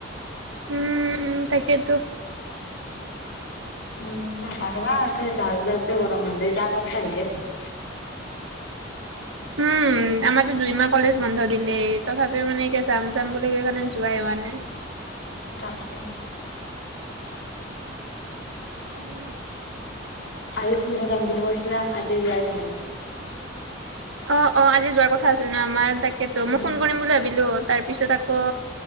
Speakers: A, on the right; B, on the left.
A: উমঁ তাকেতো।
B: উমঁ যাবা ৰবা যাওঁ যাওতে গৰম বন্ধ শেষ আগষ্ট আহিলে চোন।
A: উমঁ! আমাৰতো দুইমাহ কলেজ বন্ধ দিলে তথাপিও মানে এতিয়া যাম যাম বুলি কৈ কেণে যোৱাই হোৱা নাই
B: তাকে
A: উম
B: আজি ফুৰিব যাম বুলি কৈছিলা আজি যোৱাই নহল
A: অ অ আজি যোৱাৰ কথা আছিল ন আমাৰ তাকেতো
B: উম
A: মই ফোন কৰিম বুলি ভাবিলো তাৰপিছত আকৌ